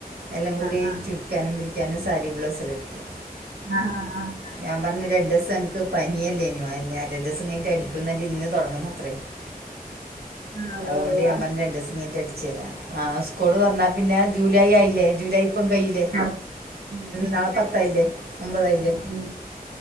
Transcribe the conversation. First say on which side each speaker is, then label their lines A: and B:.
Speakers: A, on the right (about 85°); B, on the right (about 65°).
A: എല്ലാം കൂടി
B: ആഹ് ആഹ്
A: ചുരുക്കാനും പിടിക്കാനും സാരി ബ്ലൗസെല്ലാം ടിക്കും
B: ആഹ് ആഹ് ആഹ്
A: ഞാൻ പറഞ്ഞു രണ്ടീസം എനിക്ക് പനിയല്ലേനിയോ രണ്ട് ദിവസം കഴിഞ്ഞട്ട് അടിക്കും ന്നറിഞ്ഞ്ട്ട് ഇന്ന് തുടങ്ങണത്ര
B: ആഹ് ഉവ്വ
A: അതുകൊണ്ട്
B: ഉവ്വ
A: ഞാൻ പറഞ്ഞ് രണ്ടൂസം കഴിഞ്ഞിട്ട് അടച്ചരാ ആഹ് സ്കൂള് തുറന്നാ പിന്നെ ജൂലൈ ആയില്ലേ ജൂലൈ ഇപ്പം കയ്യൂല
B: ആഹ് ഉം
A: നാളെ പത്തായില്ലേ ഒമ്പതായില്ലേ
B: ഉം ഉം